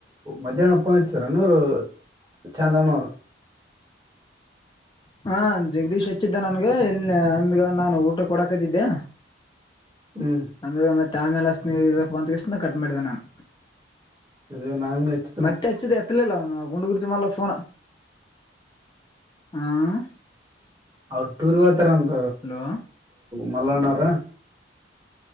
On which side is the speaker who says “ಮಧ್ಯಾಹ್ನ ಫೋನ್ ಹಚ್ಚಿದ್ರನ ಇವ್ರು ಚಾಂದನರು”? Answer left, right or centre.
Right